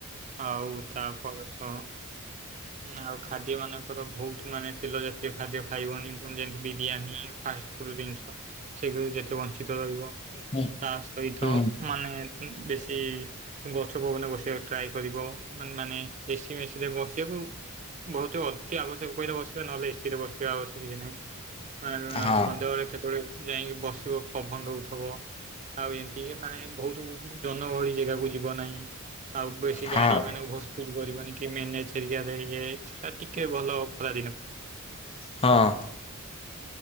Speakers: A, on the right; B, on the left.
A: ଆଉ ତାପର ସହ
B: <inaudible>
A: ଆଉ ଖାଦ୍ୟ ମାନଙ୍କର ବହୁତ ମାନେ ତେଲ ଜାତୀୟ ଖାଦ୍ୟ ଖାଇବନି, ଯେମିତି ବିରିୟାନୀ ଫାର୍ଷ୍ଟ ଜିନିଷ ସେ ଯେତେ ବଞ୍ଚିତ ରହିବ।
B: ହୁଁ
A: ତା ସହିତ
B: ହୁଁ
A: ମାନେ ବେଶୀ ଗଛ ପବନେ ବସିବାକୁ ଟ୍ରାଏ କରିବ, ମାନେ ଏସି ମେସିରେ ବସିବାକୁ ବହୁତ ଅତି ଆବଶ୍ୟକ ପଇଲେ ବସିବା, ନହେଲେ ଏସିି ରେ ବସିବା ଆବଶ୍ୟକ କିଛି ନାହିଁ। ଆଁ,
B: ହଁ
A: ସନ୍ଧ୍ୟାବେଳେ କେତେବେଳେ ଯାଇକି ବସିବ ପବନ ଦଉଥି ହବ ଆଉ ଏମତି ମାନେ ବହୁତ ଜନଗହଳି ଜାଗାକୁ ଯିବ ନାହିଁ। ଆଉ ବେଶୀ
B: ହଁ
A: ଗାଡି ମାନେ ଓଭର ସ୍ପିଡ କରିବନି। ମରେ ଇ <unintelligible> ଟିକେ ଭଲ ଖରାଦିନ।
B: ହଁ